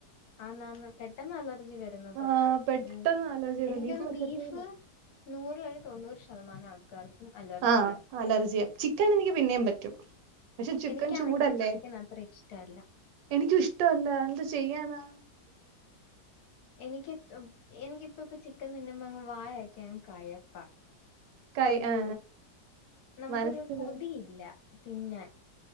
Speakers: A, on the left; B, on the right.
A: ആഹ് നന്ന് പെട്ടെന്നലർജി വരുന്നത്
B: ആ പെട്ടെന്ന്
A: ഉം
B: അലർജി വന്നു
A: എനിക്കൊന്ന്
B: പറ്റത്തേയില്ല
A: ബീഫ്. നൂറിലൊരു തൊണ്ണൂറ് ശതമാനം ശതമാനാൾക്കാർക്കും അലർജിയ.
B: ആ അലർജിയാ ചിക്കൻ എനിക്ക് പിന്നെയും പറ്റും പക്ഷെ ചിക്കൻ
A: എനിക്കാണെങ്കി
B: ചൂടല്ലേ
A: ചിക്കൻ അത്ര ഇഷ്ടല്ല.
B: എനിക്കും ഇഷ്ടഅല്ല എന്ത് ചെയ്യാനാ?
A: എനിക്ക് എനിക്കിപ്പ ഇപ്പ പ്പ ചിക്കൻ തിന്നുപം അങ് വായൊക്കെ കയപ്പാ.
B: കൈ
A: ഒരു
B: ആ
A: നമുക്കൊരു
B: മനസ്സിലായി
A: കൊതിയില്ല തിന്നാൻ.